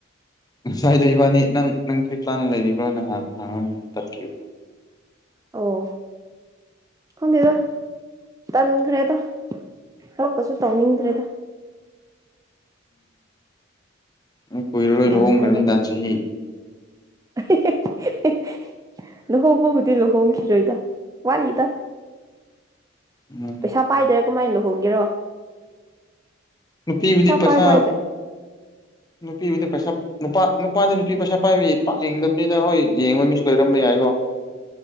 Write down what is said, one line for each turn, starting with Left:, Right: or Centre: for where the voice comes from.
Left: ꯉꯁꯥꯏꯗꯩ ꯏꯕꯥꯅꯤ ꯅꯪ ꯅꯪ ꯀꯔꯤ ꯄ꯭ꯂꯥꯟ ꯂꯩꯕꯤꯕ꯭ꯔꯣꯅ ꯍꯪꯉꯝ ꯇꯠꯈꯤꯕ
Right: ꯑꯣ ꯈꯪꯗꯦꯗ ꯇꯟꯈ꯭ꯔꯦꯗ ꯊꯕꯛꯀꯁꯨ ꯇꯧꯅꯤꯡꯗ꯭ꯔꯦꯗ
Left: ꯎꯝ ꯀꯨꯏꯔꯔꯣꯏ
Right: ꯂꯥꯟ
Left: ꯂꯨꯍꯣꯡꯈ꯭ꯔꯅꯤꯗ
Right: ꯍꯥꯏꯕꯕꯨ
Left: ꯆꯍꯤ
Right: <unintelligible> ꯂꯨꯍꯣꯡꯕꯕꯨꯗꯤ ꯂꯨꯍꯣꯡꯈꯤꯔꯣꯏꯗ ꯋꯥꯠꯂꯤꯗ
Left: ꯎꯝ
Right: ꯄꯩꯁꯥ ꯄꯥꯏꯗꯔꯥ ꯀꯃꯥꯏ ꯂꯨꯍꯣꯡꯒꯦꯔꯣ
Left: ꯅꯨꯄꯤꯕꯨꯗꯤ ꯄꯩꯁꯥ
Right: ꯄꯥꯏꯕ ꯍꯥꯏꯁꯦ
Left: ꯅꯨꯄꯤꯕꯨꯗꯤ ꯄꯩꯁꯥ ꯅꯨꯄꯥ ꯅꯨꯄꯥꯗꯤ ꯅꯨꯄꯤ ꯄꯩꯁꯥ ꯄꯥꯏꯕꯤ ꯄꯥꯛ ꯌꯦꯡꯗꯕꯅꯤꯅ ꯍꯣꯏ ꯌꯦꯡꯕ ꯃꯤꯁꯨ ꯂꯩꯔꯝꯕ ꯌꯥꯏꯀꯣ